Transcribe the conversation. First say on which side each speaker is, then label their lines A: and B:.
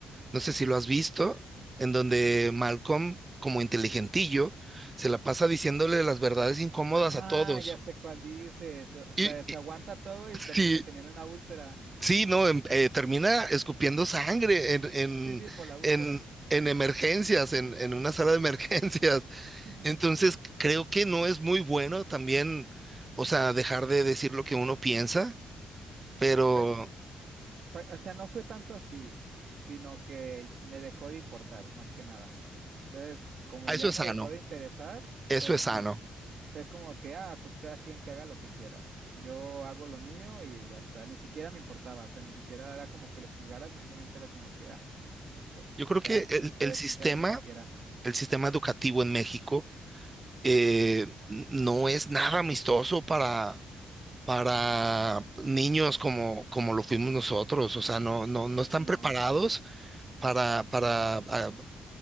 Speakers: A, on the right; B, on the right.
A: no sé si lo has visto, en donde Malcolm, como inteligentillo, se la pasa diciéndole las verdades incómodas
B: Ah,
A: a todos.
B: ya sé cuál dices, eh,
A: Y,
B: que se
A: y-
B: aguanta todo y termina
A: sí,
B: teniendo una úlcera.
A: Sí, no, em- eh, termina escupiendo sangre en, en,
B: Sí, sí, por la úlcera.
A: en, en emergencias, en, en una sala de emergencias. <laughs>
B: <laughs>
A: Entonces, creo que no es muy bueno también, o sea, dejar de decir lo que uno piensa, pero
B: Pues, fue- o sea, no fue tanto así, sino que me dejó de importar, más que nada. Entonces, como
A: ah,
B: ya
A: eso es
B: me
A: sano,
B: dejó de interesar,
A: eso
B: fue como
A: es sano.
B: Es como que, ah, pues cada quien que haga lo que quiera. Yo hago lo mío y ya está. Ni siquiera me importaba, o sea, ni siquiera era como que los juzgara, simplemente era como que, ah, pues
A: Yo creo
B: que
A: que
B: haga-
A: el,
B: cada
A: el sistema,
B: quien que haga lo que quiera.
A: el sistema educativo en México eh, n- no es nada amistoso para... para niños como, como lo fuimos nosotros, o sea, no, no, no están
B: No,
A: preparados para, para ah,